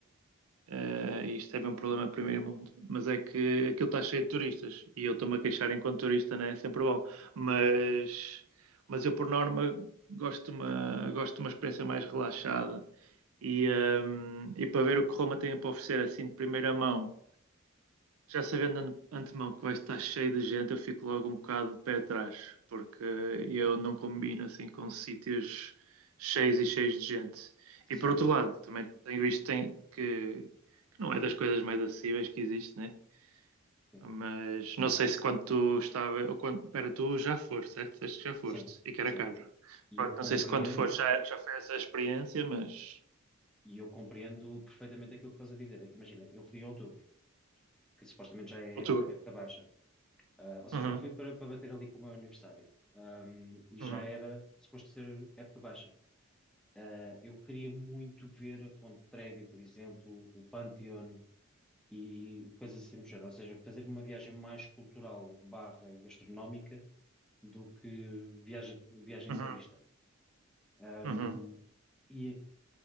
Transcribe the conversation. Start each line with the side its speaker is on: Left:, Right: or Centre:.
Right: ah, isto é bem um problema de primeiro mundo, mas é que aquilo está cheio de turistas e eu estou-me a queixar enquanto turista, né? É sempre bom, mas, mas eu por norma gosto de uma, gosto de uma experiência mais relaxada. E, ah, e para ver o que Roma tem para oferecer assim de primeira mão já sabendo an- antemão que vai estar cheio de gente, eu fico logo um bocado de pé atrás, porque eu não combino assim com sítios cheios e cheios de gente.
Centre: Certo.
Right: E por outro lado, também tenho visto tem- que, que não é das coisas mais acessíveis que existe, né?
Centre: Sim.
Right: Mas não sei se quando tu estava, ou quando, pera, tu já foste, certo? Disseste que já foste
Centre: Sim.
Right: e que
Centre: Sim.
Right: era caro.
Centre: E
Right: Pronto,
Centre: eu compreendo,
Right: não sei se quando foste já, já foi essa experiência, mas
Centre: e eu compreendo perfeitamente aquilo que estás a dizer. Imagina, eu fui em outubro, que supostamente já é
Right: outubro.
Centre: época baixa. Ah, ou seja,
Right: Uhum,
Centre: eu fui para, para bater ali com o meu aniversário. Ahm, e
Right: uhum,
Centre: já era suposto ser época baixa. Ah, eu queria muito ver a Fonte Trevi, por exemplo, o Pantheon, e coisas assim do género. Ou seja, fazer uma viagem mais cultural barra gastronómica do que viagem, viagem
Right: uhum,
Centre: turista. Ahm,
Right: uhum.
Centre: e, aqui,